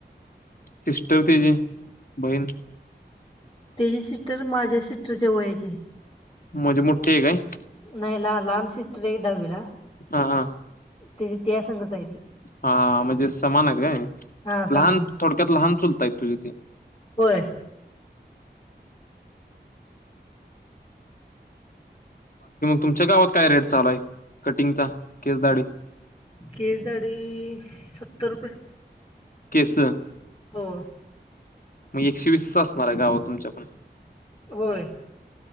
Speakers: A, on the left; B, on the left.
A: सिस्टर त्याची बहीण.
B: त्याची सिस्टर माझे सिस्टर च्या वयाची.
A: म्हणजे मोठी काय?
B: नाही ल लहान सिस्टर एक दहावीला.
A: हा हा.
B: त्याची त्या संगच आहे ती.
A: हा म्हणजे समान आहेत काय
B: हा सामान
A: लहान
B: आहे
A: थोडक्यात लहान चुलताय तुझे ते.
B: होय.
A: तुमच्या गावात काय रेट चालय कटिंगचा केस दाढी?
B: केस, दाढी सत्तर रुपये,
A: केस
B: हो.
A: मग एकशे वीसच असणार आहे, गावात तुमच्या पण?
B: होय.